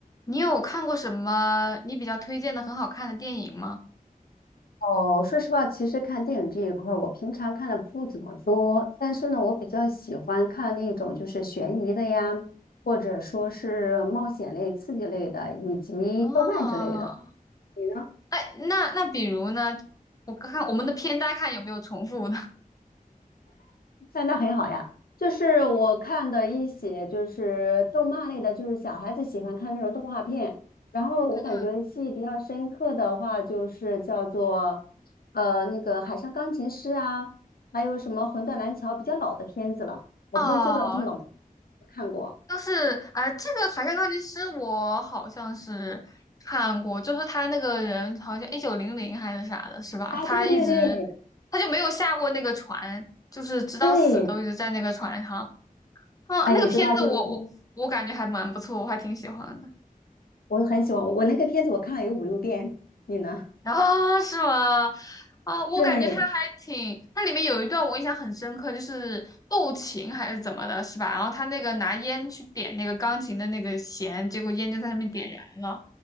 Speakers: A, on the left; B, on the left.
A: 你有看过什么你比较推荐的很好看的电影吗？
B: 哦，说实话，其实看电影这一块儿，我平常看的不怎么多，但是呢，我比较喜欢看那种就是悬疑的呀，或者说是冒险类、刺激类的，以及动漫之类的。
A: 哦，
B: 你呢？
A: 哎，那那比如呢？我看我们的片单看有没有重复的。
B: 哎，那很好呀。就是我看的一些就是动漫类的，就是小孩子喜欢看那种动画片。然后我感觉记忆比较深刻的话，
A: <laughs> 嗯嗯，
B: 就是叫做呃那个《海上钢琴师》啊，还有什么《魂断蓝桥》比较老的片子了。我不知道这个这么老的片子有没有看过。
A: 哦，就是啊、呃这个《海上钢琴师》我好像是看过，就是他那个人好像一九零零还是啥的，是吧？
B: 啊，
A: 他一直
B: 对对对
A: 他就没有下过那个船，就是直到死都一直在那个船上。
B: 对，
A: 嗯，
B: 哎，
A: 那个片子我我我感觉还蛮不错，
B: 你知道就是说，
A: 我还挺喜欢的。
B: 我很喜欢我我那个片子我看了有五六遍，你呢？
A: <laughs> 啊，是吗？啊，我感觉他还挺，
B: 对。
A: 它里面有一段我印象很深刻，就是斗琴还是怎么的，是吧？然后他那个拿烟去点那个钢琴的那个弦，结果烟就在上面点燃了，